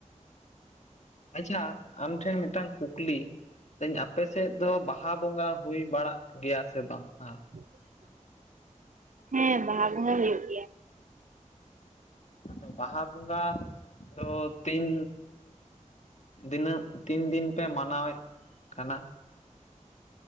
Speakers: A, on the left; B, on the right.
A: ᱟᱪᱪᱷᱟ ᱟᱢ ᱴᱷᱮᱱ ᱢᱤᱫᱴᱟᱝ ᱠᱩᱠᱞᱤ <unintelligible> ᱟᱯᱮ ᱥᱮᱫ ᱫᱚ ᱵᱟᱦᱟ ᱵᱚᱸᱜᱟ ᱦᱩᱭ ᱵᱟᱲᱟᱜ ᱜᱮᱭᱟ ᱥᱮ ᱵᱟᱝ? ᱟ
B: <inaudible> ᱦᱮᱸ ᱵᱟᱦᱟ ᱵᱚᱸᱜᱟ ᱦᱩᱭᱩᱜ ᱜᱮᱭᱟ᱾
A: ᱟᱫᱚ ᱵᱟᱦᱟ ᱵᱚᱸᱜᱟ ᱫᱚ ᱛᱤᱱ ᱫᱤᱱᱟᱹᱜ ᱛᱤᱱ ᱫᱤᱱ ᱯᱮ ᱢᱟᱱᱟᱣᱮᱫ ᱠᱟᱱᱟ?